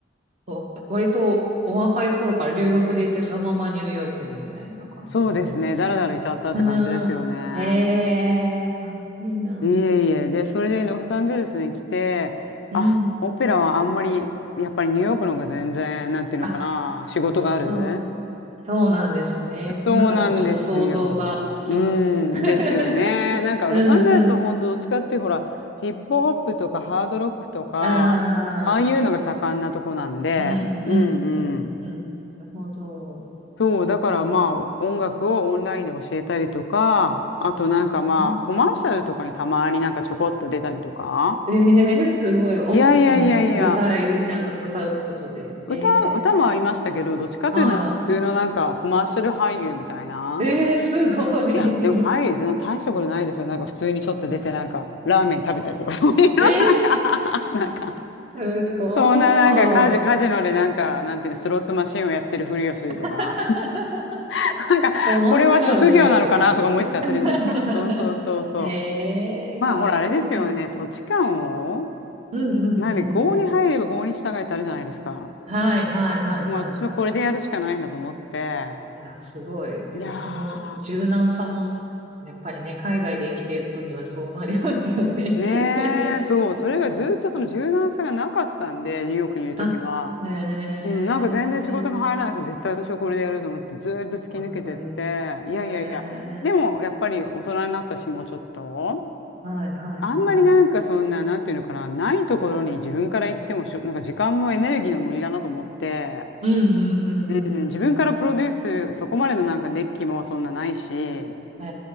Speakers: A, on the right; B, on the left.
A: わ割とお若い頃から留学で行ってそのままニューヨークにみたいな感じだったんですかうーん。
B: そうですね。だらだらいちゃったって感じですよね。
A: ええー、かっこいいな
B: いえいえ。で、
A: ぁ。
B: それでロサンゼルスに来て、
A: すごいうん。
B: あ、オペラはあんまり、やっぱりニューヨークの方が全然、なんていうのかな、
A: あ、
B: 仕事がある
A: そう、そうなんですね。
B: そうなんですよ。
A: もうなんかでもちょっと想像がつきます。
B: うん、
A: <laughs>
B: ですよね。なんかロサンゼルスは本当どっちかっていうとほら、
A: うんうん。
B: ヒップホップとかハードロックとか、
A: ああ、
B: ああいうのが盛んなとこなんで、
A: ちょっと、うんうんうんうん。
B: うん
A: なるほど。
B: そう、だからまあ音楽をオンラインで教えたりとか、あとなんかまあコマーシャルとかにたまになんかちょこっと出たりとか。
A: あれね。ええすごい。お、
B: いやいやいやいや、
A: あの、歌いなが、歌うことで。
B: 歌、
A: ええ
B: 歌もありましたけど、どっちかというとなんか普通のなんかコマーシャル俳優みたいな。
A: はいはい。ええすごい。
B: いや、でも俳優でも大したことないですよ。
A: <laughs>
B: なんか普通にちょっと出てなんかラーメン食べたりとか、<laughs> そういうのなんか、
A: ええ
B: <laughs> なんか
A: すご
B: そんななんかカジ、
A: い。
B: カジノでなんか、なんていうの、スロットマシンをやってるふりをするとか。
A: <laughs>
B: <laughs> なんか、
A: 面白いお仕事ですね。
B: これは職業なのかなとか思いつつやってるんですけど、
A: <laughs>
B: そうそうそうそう。
A: ええかっこいい。
B: まあ、ほら、あれですよね。土地勘を、
A: うんうんうんうん。
B: なんで、郷に入れば郷に従えってあるじゃないですか。
A: はいはいはいはい。
B: もう私はこれでやるしかないんだと思って。
A: いやー、すごい。でもその柔軟さもす、
B: いや
A: やっぱりね、海外で生きていくにはそうなりますよね。
B: ー、
A: <laughs>
B: ねえ、そう、それがずっとその柔軟さがなかったんで、ニューヨークにいるときは。
A: あ、へえ、
B: うん、なんか全然仕事が入らなくても絶対私はこれでやると思ってずーっと突き抜けてって、
A: かっこいい。
B: いやいやいや、
A: へえ、
B: でもやっぱり大人になったし、もうちょっと。
A: はいはいはい。
B: あんまりなんかそんな、なんていうのかな、ないところに自分から行ってもしょ、なんか時間もエネルギーの無理だなと思って、
A: うんうんうんうんうんう
B: うん、自分からプロデュース、そこまでのなんか熱気もそんなないし、
A: ん。へ